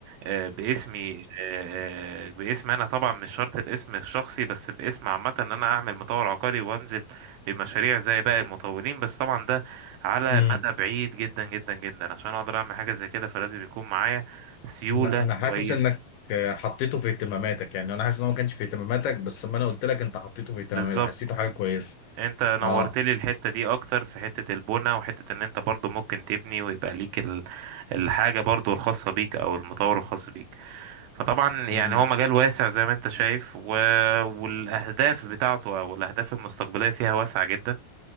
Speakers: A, on the right; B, on the left.
A: آه، باسمي آه، آه، باسم انا طبعا مش شرط الاسم الشخصي بس باسم عامه ان انا اعمل مطور عقاري وانزل بمشاريع زي باقي المطورين بس طبعا ده على
B: امم
A: مدى بعيد جدا جدا جدا عشان اقدر اعمل حاجه زي كده فلازم يكون معايا سيوله
B: انا أنا حاسس
A: كويسه
B: انك آه، حطيته في اهتماماتك يعني انا حاسس ان هو ما كانش في اهتماماتك بس لما انا قلت لك انت حطيته في اهتماماتك
A: بالظبط
B: حسيته حاجه كويسه
A: انت نورت
B: اه
A: لي الحتة دي اكتر في حتة البنى وحتة ان انت برضو ممكن تبني ويبقى ليك ال- الحاجة برضو الخاصة بيك او المطور الخاص بيك فطبعا يعني
B: مم.
A: هو مجال واسع زي ما انت شايف و... والاهداف بتاعته او الاهداف المستقبلية فيها واسعة جدا